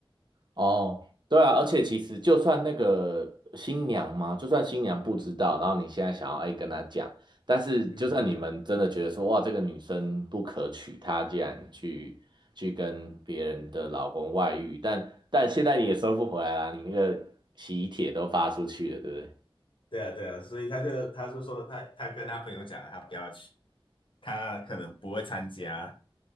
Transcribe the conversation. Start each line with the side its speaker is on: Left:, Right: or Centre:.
Right: 哦，对啊，而且其实就算那个新娘嘛，就算新娘不知道，然后你现在想要哎跟她讲，但是就算你们真的觉得说哇这个女生不可取，
Left: 嗯嗯嗯，
Right: 她竟然去去跟别人的老公外遇，但但现在你也收不回来啦，你那个喜帖都发出去了，对不对？
Left: 对啊，对啊，所以他就他就说他他跟他朋友讲了，他不要去，他可能不会参加。